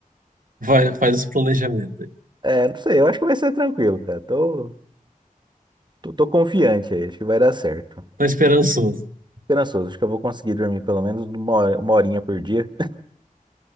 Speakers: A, on the right; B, on the right.
A: Vai, faz esse planejamento aí.
B: É, não sei, eu acho que vai ser tranquilo, cara. Tô, tô, tô confiante aí, acho que vai dar certo.
A: Tá esperançoso.
B: Esperançoso, acho que eu vou conseguir dormir pelo menos uma, hora- uma horinha por dia. <laughs>